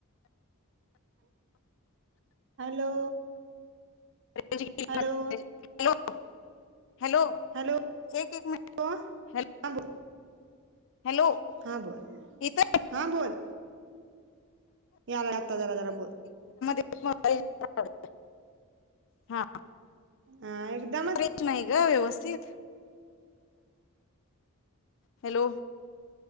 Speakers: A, on the right; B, on the left.
A: हॅलो
B: <unintelligible>
A: हॅलो
B: हॅलो
A: हॅलो
B: एक एक मिनिट
A: ब
B: हॅलो
A: हा बोल
B: हॅलो
A: हा बोल
B: इथ
A: हा बोल यालाय आत्ता जरा जरा बोल
B: <unintelligible> हा
A: हा एकदमच
B: रेंज नाही ग व्यवस्थित हॅलो